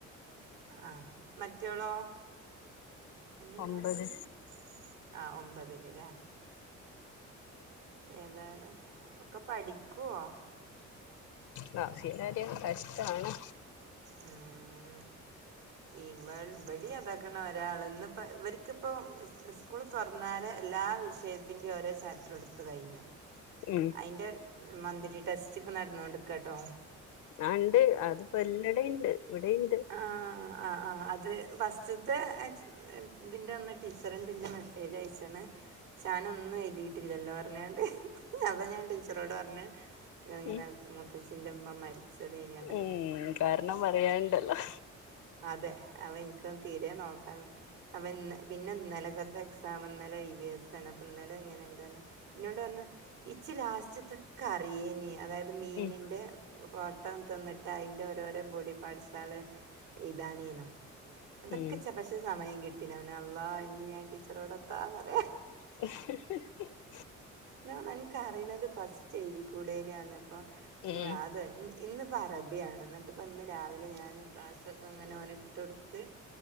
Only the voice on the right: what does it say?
ആഹ മറ്റോളോ എന്ത്യുന്നോള
പേര്? ആഹ് ഒമ്പതില് ലേ? ഏതായലും ഒക്കെ പഠിക്ക്വോ?
ഉം ഈ. ഇവൾ ബടി അതാക്കണ ഒരാള് ഇന്ന് പ്പ ഇവർക്കിപ്പോ സ് സ്കൂള് തൊർന്നാരെ എല്ലാ വിഷയത് ത്തിന്റെ ഓരോ ചാപ്റ്റർ എടുത്ത് കയിഞ്ഞു.
അയ്ന്റെ മന്ത്ലി ടെസ്റ്റ്പ്പ നട്ന്നോണ്ട്ക്കാട്ടോ.
ആഹ് ആ ആ അത് ഫസ്റ്റ്ത്തെ ആക്സ എ തിന്റെന്ന് ടീച്ചർണ്ട് ൻ്റെ മെസ്സേജയ്ച്ച്ണ്. ചാനൊന്നും എയുതിട്ടില്ലല്ലോ അർഞ്ഞാണ്ട്. അപ്പ ഞാ ടീച്ചറോട് പർഞ് ഞാങ്ങനെ
മൂത്തചിന്റെമ്മ മര്ച്ചതേനി -
അതെ അവ ഇൻക്ക തീരെ നോക്കാ അപന്ന് പിന്നെ ഇന്നലക്കത്തെ എക്സാം ഇന്നലെ ഇ വി എസ് ആണ് അപ്പ ഇന്നലെ എങ്ങനെണ്ടന്ന്. ഇന്നൊടർഞ് ഇച്ചി ലാസ്റ്റ്ത്തൊക്കറിയേനി അതായ്ത് മീനിൻ്റെ.
ഫോട്ടം തന്നിട്ട് അയ്ൻ്റോരോരോ ബോഡി പാർട്സാള് ഇതാനേനു. അതൊക്കെ
ച്ച പക്ഷെ സമയം കിട്ടിലവന് അള്ളാഹ് ഇഞ് ഞാൻ ടീച്ചറോട് എത്താ പറയ.
ന്നാ അൻക്കറിണത് ഫസ്റ്റ് എയ്തി കൂടെന്യോർഞ്ഞപ്പ
മ് അത് ഇന്ന്പ്പ അറബ്യാണ് ന്നട്ട്പ്പം ഇന്ന് രാവിലെ ഞാന് ക്ലാസ്സൊക്കങ്ങനെ ഒന്ട്ടൊട്ത്ത്.